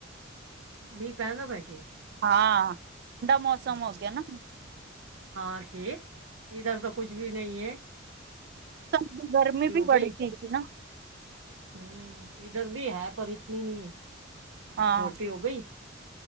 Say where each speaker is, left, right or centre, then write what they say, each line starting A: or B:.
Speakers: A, on the right; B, on the right.
A: ਮੀਂਹ, ਪੈਂਦਾ ਪਿਆ ਕੇ?
B: ਹਾਂ। ਠੰਡਾ ਮੌਸਮ
A: ਹੂੰ, ਹਾਂ
B: ਹੋ ਗਿਆ ਨਾ
A: ਹਾਂਕੇ ਇਧਰ ਤਾ ਕੁੱਛ ਵੀ ਨਹੀਂ ਏ।
B: ਸ ਗਰਮੀ ਵੀ, ਬੜੀ
A: ਗਈ?
B: ਸੀਗੀ ਨਾ।
A: ਹੂੰ, ਇਧਰ ਵੀ ਹੈ, ਪਰ ਇਤਨੀ ਨਈ ਏ।
B: ਹਾਂ
A: ਰੋਟੀ ਹੋ ਗਈ?